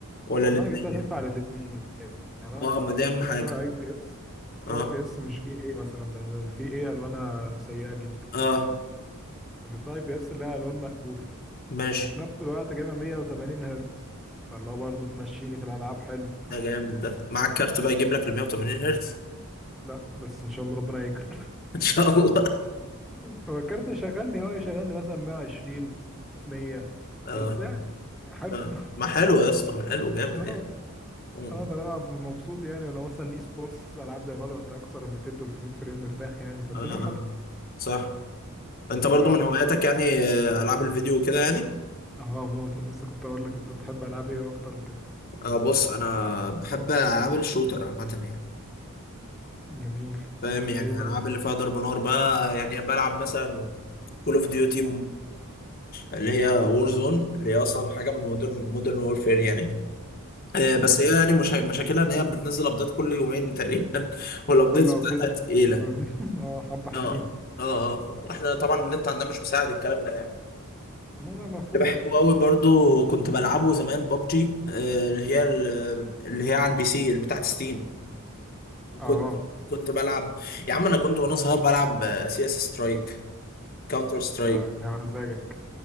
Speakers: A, on the left; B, in the centre.
A: ولا
B: والله
A: الاثنين
B: انا جبتها تنفع للاثنين يعني انا
A: اه
B: جب-
A: ما دي اهم
B: جبتها
A: حاجه
B: اي بي اس جبتها
A: اه
B: اي بي اس مش في اي مثلا لان الفي اي الوانها سيئه جدا
A: اه
B: فجبتها اي بي اس اللي هي الوان مقبوله
A: ماشي
B: وفي نفس الوقت جايبه 180 هرتز فاللي هو برضه تمشيني في الالعاب حلو
A: ده جامد ده معاك كارت بقى يجيب لك ال 180 هرتز
B: لا بس ان شاء الله ربنا يكرم
A: <laughs> ان شاء الله
B: <laughs> هو الكارت يشغلني اه يشغلني مثلا 120 100
A: اه
B: بس يعني حلو
A: آه.
B: <laughs>
A: ما حلو يا اسطى ما حلو جامد
B: اه
A: يعني اه
B: اه اقدر العب مبسوط يعني ولو مثلا اي سبورتس العاب زي فالورانت اكثر من 200 300 فريم مرتاح يعني فالدنيا
A: اه اه.
B: حلوه
A: صح انت برضو
B: ف اه
A: من هواياتك يعني آه، العاب الفيديو كده يعني
B: آه، موت انا لسه كنت اقول لك انت بتحب العاب ايه اكتر وكده
A: اه بص انا بحب العاب الشوتر عامه يعني
B: جميل
A: فاهم
B: زي
A: يعني
B: ايه بقى
A: العاب اللي فيها ضرب نار بقى يعني بلعب مثلا كول اوف ديوتي اللي هي وور زون اللي هي اصلا حاجه من مودرن مودرن وورفير يعني آه،
B: اه
A: بس هي يعني مشا... مشاكلها ان هي بتنزل ابديت كل يومين تقريبا <laughs> والابديت
B: كل ابديت
A: بتاعتها تقيله
B: <laughs> اه حبه حلوين
A: اه اه آه. واحنا طبعا النت عندنا مش مساعد الكلام ده يعني
B: لا لا مفهوم
A: اللي بحبه
B: طبعا
A: قوي برضو كنت بلعبه زمان ببجي اللي هي اللي هي على البي سي اللي بتاعت ستيم
B: اه
A: كنت كنت بلعب يا عم انا كنت وانا صغير بلعب سي اس سترايك كاونتر سترايك
B: اه يا مزاجك